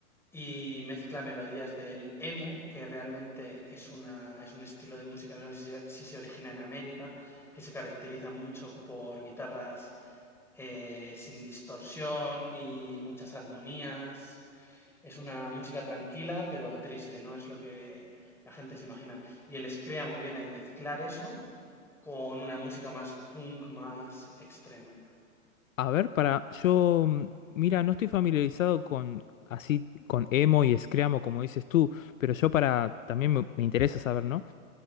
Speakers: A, in the centre; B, on the left (about 65°).
A: Y mezcla melodías del emo, que realmente es una, es un estilo de música, no sé si, se si se origina en América, que se caracteriza mucho por guitarras eh, sin distorsión y muchas armonías. Es una música tranquila, pero triste, no es lo que la gente se imagina. Y el screamo viene de mezclar eso con una música más punk, más extrema.
B: A ver, para... Yo, mm, mira, no estoy familiarizado con... Así con emo y screamo, como dices tú, pero yo para también me me interesa saber, ¿no?